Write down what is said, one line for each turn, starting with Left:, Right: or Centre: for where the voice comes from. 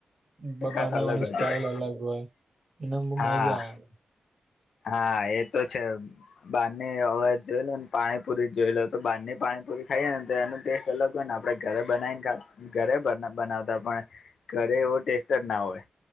Right: બ
Left: એ
Right: બનાવાની
Left: કાંક અલગ જ
Right: સ્ટાઈલ
Left: હોય
Right: અલગ હોય એના બહુ
Left: હા
Right: મજા આવે.
Left: હા એ તો છે. બારની હવે જ જોઈ લો ને પાણીપુરી જોઈ લો તો બાર ની પાણીપુરી ખાઈએ ને તો એને ટેસ્ટ અલગ હોય ને આપણે ઘરે બનાવીને ઘરે બનાવતા પણ ઘરે એવો ટેસ્ટ જ ના હોય